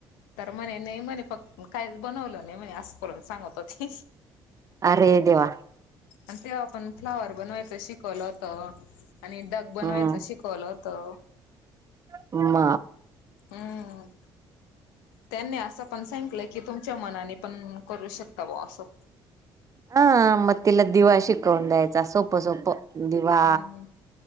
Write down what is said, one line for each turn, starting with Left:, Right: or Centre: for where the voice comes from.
Left: तर म्हणे नाही म्हणे फक् म काही बनवलं नाही मने असं करून सांगत होती.
Right: अरे देेवा!
Left: आणि तेव्हा पण फ्लावर बनवायचं शिकवलं होत आणि डक बनवायचं
Right: हम्
Left: शिकवलं होता.
Right: म
Left: हम्म. त्यांनी असं पण सांगितलं की तुमच्या मनाने पण करू शकता व असं.
Right: हा मग तिला दिवा शिकवून द्यायचा सोप्पं-सोप्पं दिवा
Left: हम्म